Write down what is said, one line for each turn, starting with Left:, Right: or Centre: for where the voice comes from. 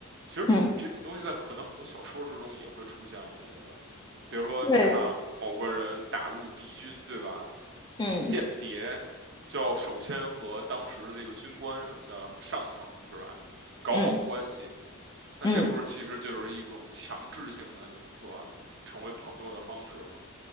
Right: 其实这种东西在可能很多小说之中也会出现，
Left: 嗯，
Right: 我觉得，比如说你看某个人打入敌军，
Left: 对，
Right: 对吧？
Left: 嗯
Right: 间谍就要首先和当时的这个军官什么的上层是吧，搞好关系。
Left: 嗯
Right: 那这不是其实就是一种强制性的怎么说啊，
Left: 嗯，
Right: 成为朋友的方式吗？